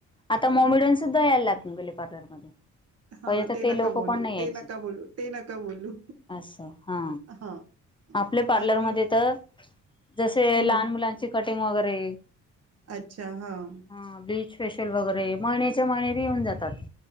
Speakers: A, on the left; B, on the right.
A: आता
B: हां,
A: मोमिडन सुद्धा यायला लागले पार्लरमध्ये.
B: हां,
A: पहिले तर ते
B: नका
A: लोक
B: बोलू,
A: पण नाही यायचे
B: ते नका बोलू, ते नका बोलू.
A: असं हा.
B: हां,
A: आपल्या पार्लरमध्ये
B: बाकी
A: तर जसे
B: हं,
A: लहान मुलांची कटिंग वगैरे
B: अच्छा हां.
A: हा ब्लीच फेशिल वगैरे महिन्याच्या महिन्याला येऊन जातात